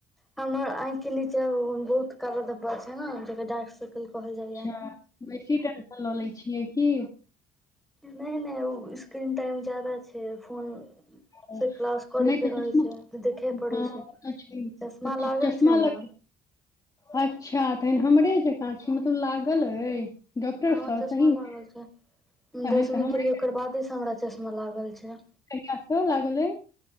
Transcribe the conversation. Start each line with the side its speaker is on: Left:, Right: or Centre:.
Centre: हमर आंखि के नीचे बहुत काला धब्बल छै ने जेकर डार्क सर्कल कहल जाय
Left: अच्छा बेसी टेंशन लऽ लै छियै की
Centre: नहि नहि ओ स्क्रीन टाइम जादा छै फोन
Left: ओ,
Centre: से क्लास करे
Left: नहि
Centre: के
Left: तऽ
Centre: रहे
Left: चश्मा
Centre: छै देखे पड़े
Left: हँ
Centre: छै
Left: ओ तऽ छै
Centre: चश्मा
Left: तऽ
Centre: लागल
Left: चश्मा
Centre: छै हमरा
Left: लग अच्छा तखन हमरे जकाँ छी मतलब लागल अ डॉक्टर
Centre: हँ
Left: सँ
Centre: चश्मा
Left: सहीमे
Centre: लागल छै
Left: तहन
Centre: दसवीं
Left: तऽ हमरे
Centre: केलियै ओकर बादे से हमरा चश्मा लागल छै
Left: कहिया सँ लागल अइ